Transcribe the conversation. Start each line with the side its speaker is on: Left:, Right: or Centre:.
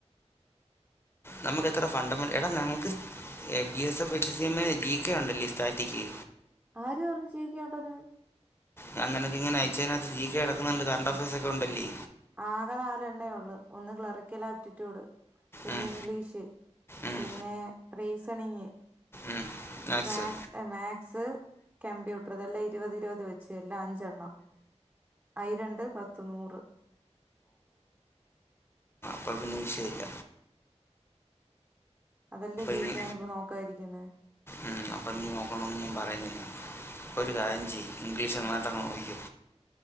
Left: നമുക്ക് എത്ര ഫണ്ടമെന്റ് എടാ ങ്ങക്ക് <unintelligible> ജി കെ ഉണ്ടല്ലേ സ്റ്റാറ്റിക്ക്
Right: ആര് പറഞ്ഞഞ് ജികെ ഒണ്ട് ന്ന്
Left: ഞാൻ നിനക്ക് ഇങ്ങനെ അയച്ചതിനകത്ത് ജീ കെ കടക്കുന്നുണ്ട് <unintelligible> ഒക്കെ ഉണ്ടല്ലേ
Right: ആകെ നാലെണ്ണയള്ളു ഒന്ന് ക്ലറിക്കൽ ആപ്റ്റിറ്റ്യൂഡ് പിന്നെ
Left: ഉം
Right: ഇംഗ്ലീഷ്
Left: ഉം
Right: പിന്നെ റീസണിങ്
Left: ഉം maths
Right: max max computer അപ ഇതെല്ലാം ഇരുപത് ഇരുപത് വെച്ച് എല്ലാം അഞ്ചെണ്ണം ആയിരണ്ട് പത്തു നൂറു
Left: പ്പത്തൊന്നും വിഷയല്ല
Right: അതല്ലേ ജികെ
Left: ഇനി
Right: ഞാനിപ്പോ നോക്കാ ഇരിക്കുന്നേ
Left: ഉം അപ്പം നീ നോക്കണമന്ന് ഞാൻ പറയുന്നില്ല ഒരു കാര്യം ചെയ ഇംഗ്ലീഷ് നന്നായി ട്ടൊക്കെ നോക്കി